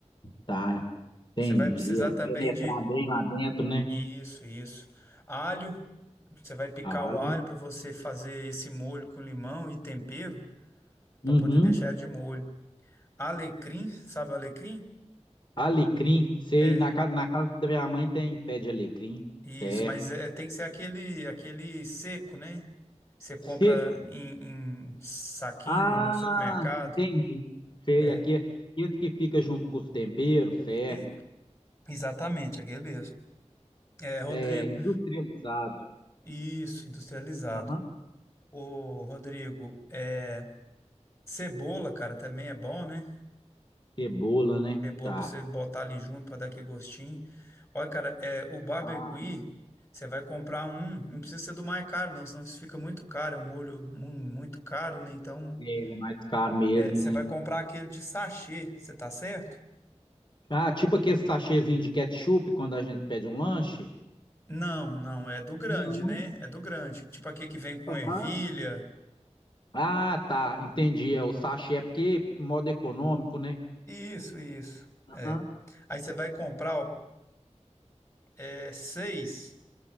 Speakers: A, on the left (about 40°); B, on the left (about 25°).
A: tá, entendi.
B: Você vai precisar
A: É
B: também
A: penetrar
B: de
A: bem lá dentro, né?
B: isso, isso. Alho, você vai picar
A: Alho.
B: o alho para você fazer esse molho com limão e tempero,
A: Uhum.
B: para poder deixar de molho. Alecrim, sabe o alecrim?
A: Alecrim, sei,
B: É,
A: na casa, na casa da minha mãe tem pé de alecrim,
B: Isso,
A: certo.
B: mas é, tem que ser aquele, aquele seco, né? Você compra
A: Seco.
B: em, em saquinho
A: Ah,
B: no supermercado.
A: entendi. Sei,
B: É,
A: aqui, aqui esse que fica junto com os temperos, certo.
B: e- exatamente, aquele mesmo. É, Rodrigo,
A: É, industrializado.
B: isso, industrializado.
A: Aham.
B: Ô, Rodrigo, é, cebola, cara, também é bom, né?
A: Cebola, né?
B: Cebola
A: Tá.
B: pra você botar ali junto pra dar aquele gostinho. Olha, cara, é, o barbecue,
A: Ah,
B: você vai comprar um, não precisa ser do mais caro, não, senão isso fica muito caro, é um molho mu- muito caro, né? Então.
A: ele é mais caro mesmo,
B: É, Você
A: né?
B: vai comprar aquele de sachê, você tá certo?
A: Ah, tipo aquele sachêzinho de ketchup quando a gente pede um lanche?
B: Não, não, é do grande,
A: Não,
B: né? É do grande. Tipo aquele que vem com
A: aham,
B: ervilha.
A: Ah, tá, entendi. É o sachê, é porque modo econômico, né?
B: Isso, isso.
A: aham.
B: É. Aí você vai comprar, ó, é, seis.